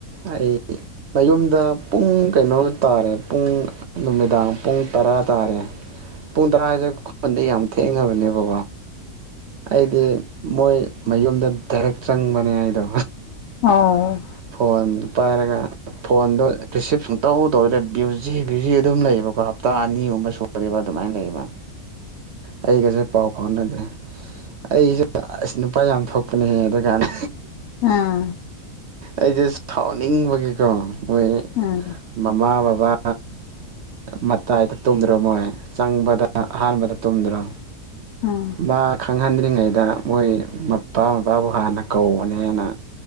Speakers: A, on the right (about 60°); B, on the left (about 70°).
A: ꯑꯩ ꯃꯌꯨꯝꯗ ꯄꯨꯡ ꯀꯩꯅꯣ ꯇꯥꯔꯦ ꯄꯨꯡ ꯅꯨꯃꯤꯗꯥꯡ ꯄꯨꯡ ꯇꯔꯥ ꯇꯥꯔꯦ ꯄꯨꯡ ꯇꯔꯥ ꯍꯥꯏꯁꯦ ꯈꯨꯟꯗ ꯌꯥꯝ ꯊꯦꯡꯉꯅꯕꯅꯦ ꯒꯣ ꯑꯩꯗꯤ ꯃꯣꯏ ꯃꯌꯨꯝꯗ ꯗꯥꯏꯔꯦꯛ ꯆꯪꯕꯅꯦ ꯑꯩꯗꯣ
B: ꯑꯣ
A: ꯐꯣꯟꯗꯨ ꯄꯥꯏꯔꯒ ꯐꯣꯟꯗꯣ ꯔꯤꯁꯤꯞ ꯁꯨꯡꯇꯧ ꯇꯧꯗꯦ ꯚꯌꯨꯖꯤ ꯚ꯭ꯌꯨꯖꯤ ꯑꯗꯨꯝ ꯂꯩꯌꯦꯕꯀꯣ ꯍꯇꯥ ꯑꯅꯤꯒꯨꯝꯕ ꯁꯨꯔꯤꯕ ꯑꯗꯨꯃꯥꯏꯅ ꯂꯩꯕ ꯑꯩꯒꯁꯦ ꯄꯥꯎ ꯐꯥꯎꯅꯗ꯭ꯔꯦ ꯑꯩꯁꯨ ꯑꯁ ꯅꯨꯄꯥ ꯌꯥꯝ ꯊꯣꯛꯄꯅꯦꯍ ꯑꯗꯨ ꯀꯥꯟꯅ
B: ꯎꯝ
A: ꯑꯩꯁꯦ ꯁꯥꯎꯅꯤꯡꯕꯒꯤꯀꯣ ꯃꯣꯏ
B: ꯎꯝ
A: ꯃꯃꯥ ꯕꯕꯥ ꯃꯇꯥꯏꯗ ꯇꯨꯝꯗ꯭ꯔꯣ ꯃꯣꯏ ꯆꯪꯕꯗ ꯑꯍꯥꯟꯕꯗ ꯇꯨꯝꯗ꯭ꯔꯣ
B: ꯎꯝ
A: ꯃꯥ ꯈꯪꯍꯟꯗ꯭ꯔꯤꯉꯩꯗ ꯃꯣꯏ ꯃꯄꯥ ꯃꯄꯥꯕꯨ ꯍꯥꯟꯅ ꯀꯧꯕꯅꯦꯅ